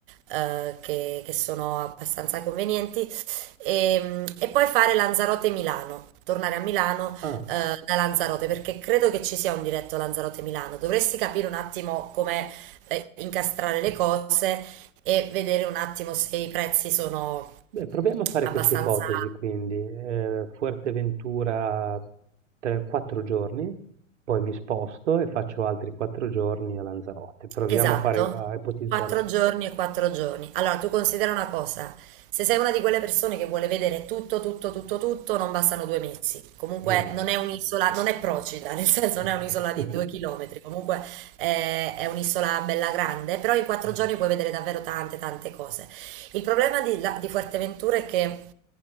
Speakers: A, on the right (about 45°); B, on the right (about 65°).
A: eh, che, che sono abbastanza convenienti, e, e poi fare Lanzarote-Milano, tornare a Milano
B: Ah,
A: eh, da Lanzarote, perché credo che ci sia un diretto Lanzarote-Milano. Dovresti capire un attimo come eh, incastrare le cose e vedere un attimo se i prezzi sono
B: beh, proviamo a fare
A: abbastanza
B: questa ipotesi, quindi eh, Fuerteventura tre- quattro giorni, poi mi sposto e faccio altri quattro giorni a Lanzarote. Proviamo
A: Esatto,
B: a fare, a ipotizzare
A: quattro
B: questo.
A: giorni e quattro giorni. Allora, tu considera una cosa, se sei una di quelle persone che vuole vedere tutto, tutto, tutto, tutto, non bastano due mesi. Comunque
B: Eh,
A: non è un'isola,
B: mh,
A: non è Procida, <laughs> nel senso
B: no.
A: non è un'isola di
B: <laughs>
A: due chilometri, comunque eh, è un'isola bella grande, però in quattro
B: Mh,
A: giorni puoi vedere davvero tante, tante cose. Il problema di, la- di Fuerteventura è che